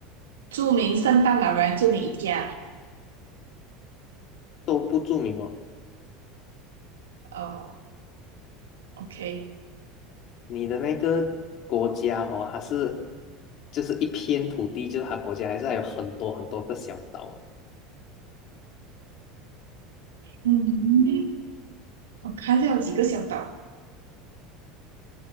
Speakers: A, on the right; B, on the left.
A: 著名圣诞老人著名一家
B: 都不著名哦。
A: 哦，OK，
B: 你的那个国家哦，它是就是一片土地，就是它国家还是还有很多很多个小岛啊，
A: 嗯，我看一下有几个小岛，